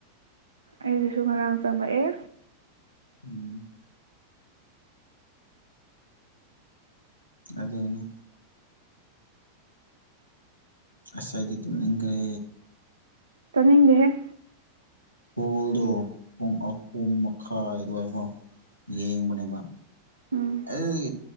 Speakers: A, on the right; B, on the right.
A: ꯑꯩꯒꯤꯁꯨ ꯉꯔꯥꯡ ꯆꯪꯂꯛꯑꯦ
B: ꯎꯝ ꯑꯗꯨꯅꯦ ꯑꯁꯥꯏꯗꯤꯇꯨꯅꯪꯈ꯭ꯔꯦ
A: ꯇꯅꯤꯡꯗꯦꯦ
B: ꯍꯣꯜꯗ ꯄꯨꯡ ꯑꯍꯨꯝ ꯃꯈꯥꯏ ꯑꯗꯨꯒ ꯀꯣ ꯌꯦꯡꯕꯅꯦꯕ
A: ꯎꯝ
B: ꯑꯗꯨꯗꯨꯒꯤ